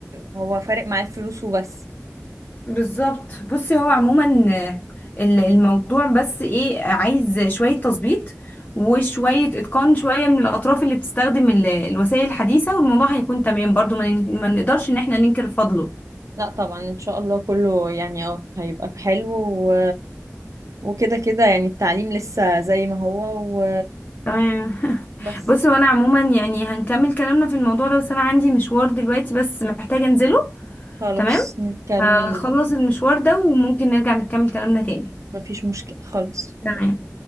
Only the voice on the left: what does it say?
بالظبط بصي هو عموما ال- الموضوع بس ايه عايز شوية تظبيط وشوية اتقان شوية من الأطراف اللي بتستخدم ال- الوسائل الحديثة والموضوع هيكون تمام برضو ما ن- ما نقدرش ان احنا ننكر فضله
تمام
بصي وانا عموما يعني هنكمل كلامنا في الموضوع ده بس انا عندي مشوار دلوقتي بس محتاجة انزله
تمام
هخلص المشوار ده وممكن نرجع نكمل كلامنا تاني
تمام